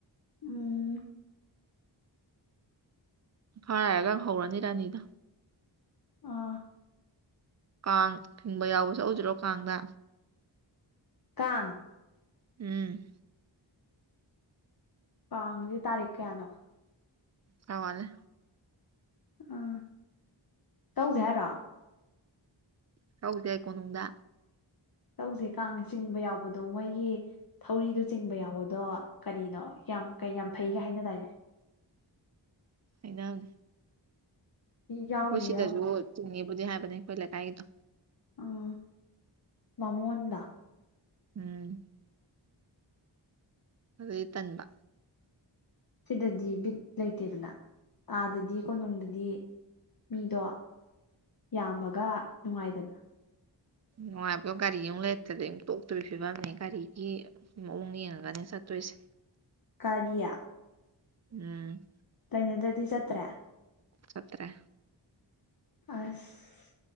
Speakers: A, on the left; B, on the right.
A: ꯎꯝ
B: ꯈꯔ ꯂꯩꯔꯒ ꯍꯧꯔꯅꯤ ꯔꯥꯅꯤꯗꯣ
A: ꯑꯥ
B: ꯀꯥꯡ ꯆꯤꯡꯕ ꯌꯥꯎꯕ ꯆꯠꯂꯨꯁꯤꯔꯣ ꯀꯥꯡꯗ
A: ꯀꯥꯡ
B: ꯎꯝ
A: ꯄꯥꯡꯁꯤ ꯇꯥꯔꯤꯛ ꯀꯌꯥꯅꯣ
B: ꯈꯔ ꯋꯥꯠꯂꯤ
A: ꯑꯥ ꯇꯧꯗꯦ ꯍꯥꯏꯔꯣ
B: ꯆꯠꯂꯨꯁꯦ ꯀꯣꯅꯨꯡꯗ
A: ꯆꯠꯂꯨꯁꯦ ꯀꯥꯡ ꯆꯤꯡꯕ ꯌꯥꯎꯕꯗꯣ ꯃꯣꯏꯒꯤ ꯊꯧꯔꯤꯗꯣ ꯆꯤꯡꯕ ꯌꯥꯎꯕꯗꯣ ꯀꯔꯤꯅꯣ ꯌꯥꯝ ꯀꯩ ꯌꯥꯝ ꯐꯩꯒ ꯍꯥꯏꯅꯗꯥꯏꯅꯦ
B: ꯍꯥꯢꯅꯕꯅꯦ
A: ꯌꯥꯎꯔꯨꯁꯦ
B: ꯑꯩꯈꯣꯏ ꯁꯤꯗꯁꯨ
A: ꯌꯥꯎꯔꯨꯁꯦ
B: ꯆꯤꯡꯅꯤꯕꯨꯗꯤ ꯍꯥꯏꯕꯅꯤ ꯑꯩꯈꯣꯏ ꯂꯩꯀꯥꯏꯒꯤꯗꯣ
A: ꯑꯣ ꯕꯥꯃꯣꯟꯗꯣ
B: ꯎꯝ ꯑꯗꯨꯗꯗꯤ ꯇꯟꯕ
A: ꯁꯤꯗꯗꯤ ꯕꯤꯠ ꯂꯩꯇꯦꯗꯅ ꯑꯥꯗꯗꯤ ꯀꯣꯅꯨꯡꯗꯗꯤ ꯃꯤꯗꯣ ꯌꯥꯝꯃꯒ ꯅꯨꯡꯉꯥꯏꯗꯅ
B: ꯅꯨꯡꯉꯥꯢꯕꯗꯣ ꯒꯥꯔꯤꯒꯤ ꯂꯩꯇ꯭ꯔꯗꯤ ꯇꯣꯛ ꯇꯣꯛꯕꯩ ꯐꯤꯕꯝꯅꯦ ꯒꯥꯔꯤꯒꯤ ꯃꯑꯣꯡ ꯌꯦꯡꯉꯒꯅꯦ ꯆꯠꯇꯣꯏꯁꯦ
A: ꯒꯔꯤ
B: ꯎꯝ
A: ꯂꯩꯅꯗꯗꯤ ꯆꯠꯇ꯭ꯔꯦ
B: ꯆꯠꯇ꯭ꯔꯦ
A: ꯑꯁ